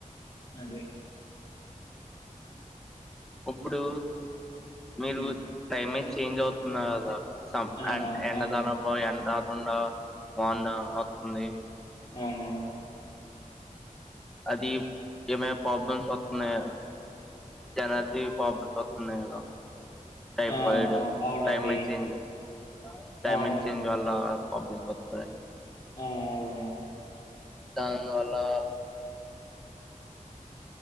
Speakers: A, on the left; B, in the centre.
A: అదే
B: ఇప్పుడు మీరు
A: ఉమ్
B: టైమే చేంజ్ అవుతున్నారు కదా సం
A: ఆ
B: ఎ ఎండదళంలో
A: అవును
B: ఎండ రాదుండా వాన తవత్తుంది
A: అవునా
B: అది ఏమై ప్రాబ్లమ్స్ వస్తున్నాయా ఎనర్జీ ప్రాబ్లమ్స్ వస్తున్నాయి కదా టైఫాయిడ్
A: ఆ అవు అవునండి
B: టైమచేంజ్ క్లైమేట్
A: అవును
B: చేంజ్ వల్ల ప్రాబ్లమ్స్ వత్తే
A: ఆ అవునా
B: దానివల్లా